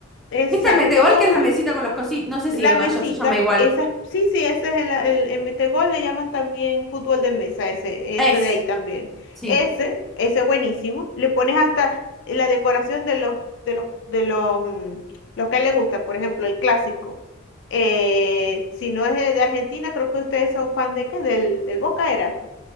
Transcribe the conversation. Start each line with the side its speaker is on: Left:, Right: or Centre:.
Left: exacto.
Centre: ¿Viste el metegol
Left: O
Centre: que es la mesita con los cositos? No sé
Left: la
Centre: si allá
Left: mesita,
Centre: se llama igual.
Left: esa, sí, sí, ese es el, el, el metegol, le llaman también fútbol de mesa, ese,
Centre: Es.
Left: ese de ahí también.
Centre: Sí.
Left: Ese, ese buenísimo. Le pones hasta la decoración de los, de los, de los, mm, los que le gusta, por ejemplo, el clásico. Eh, si no es de, de Argentina, creo que ustedes son fan de qué, del, del Boca era,